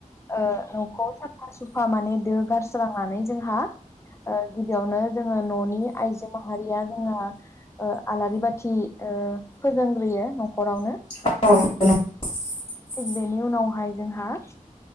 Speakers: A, on the left; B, on the left.
A: ओ न'खौ साफा सुफा माने दो गारस्रांनानै जोंहा ओ गिबियावनो जोङो न'नि आइजो माहारिया जोंहा ओ आलारि बाथि ओ फोजोंग्रोयो न'खरावनो।
B: औ नंगौ नंगौ
A: थिग बेनि उनावहाय जोंहा